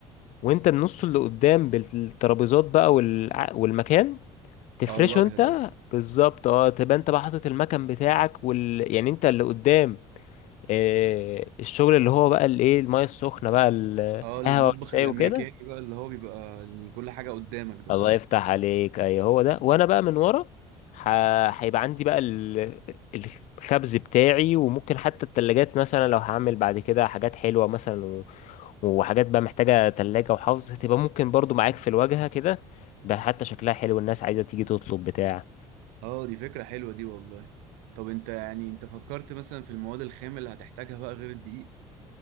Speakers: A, on the left; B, on the right.
A: وانت النص اللي قدام بالترابيزات بقى والع... والمكان تفرشه
B: اه الواجهة
A: انت
B: دي
A: بالظبط اه تبقى انت بقى حاطط المكان بتاعك وال... يعني انت اللي قدام آه الشغل اللي هو بقى الايه المايه السخنه بقى القهوه
B: اه المطبخ
A: والشاي
B: الأمريكاني
A: وكده
B: بقى اللي هو بيبقى إن كل حاجة قدامك ده
A: الله
B: صح؟
A: يفتح عليك اي هو ده وانا بقى من ورا ح- هيبقى عندي بقى ال- الخبز بتاعي وممكن حتى التلاجات مثلا لو هعمل بعد كده حاجات حلوة مثلا و... وحاجات بقى محتاجة تلاجة وحفظ هتبقى ممكن برضو معاك في الواجهة كده بقى حتى شكلها حلو الناس عايزة تيجي تطلب بتاع
B: اه دي فكرة حلوة دي والله طب انت يعني انت فكرت مثلا في المواد الخام اللي هتحتاجها بقى غير الدقيق